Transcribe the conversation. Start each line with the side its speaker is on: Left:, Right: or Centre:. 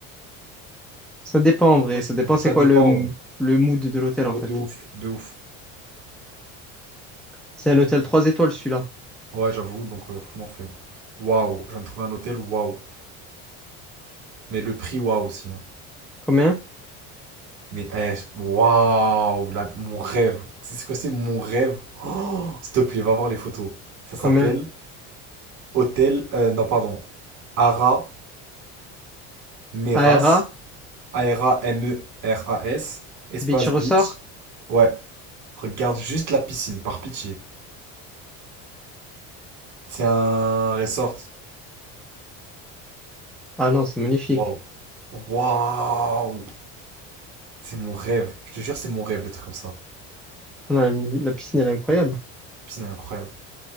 Centre: Ça dépend en
Right: Des
Centre: vrai.
Right: fois, c'est
Centre: Ça dépend
Right: bien.
Centre: c'est
Right: Ça
Centre: quoi
Right: dépend,
Centre: le,
Right: ouais.
Centre: le mood de l'hôtel en
Right: Ouais,
Centre: fait.
Right: de ouf, de ouf.
Centre: C'est un hôtel trois étoiles celui-là.
Right: Ouais, j'avoue, donc euh, franchement, flemme. Waouh, je viens de trouver un hôtel, waouh. Mais le prix, waouh aussi. hein.
Centre: Combien?
Right: Mais, eh, je- waouh, là, mon rêve. Tu sais c'est quoi, c'est mon rêve? Oh, s'il te plaît, va voir les photos. Ça
Centre: Combien?
Right: s'appelle Hôtel, euh, non, pardon. Ara Meras,
Centre: ARA?
Right: A-R-A-M-E-R-A-S, espace
Centre: Beach Resort?
Right: beach, Ouais. Regarde juste la piscine, par pitié. C'est un resort.
Centre: Ah non, c'est magnifique.
Right: Waouh. Waouh. C'est mon rêve. Je te jure, c'est mon rêve, d'être comme ça. La
Centre: Non, la, mi- la piscine, elle est incroyable.
Right: Piscine est incroyable.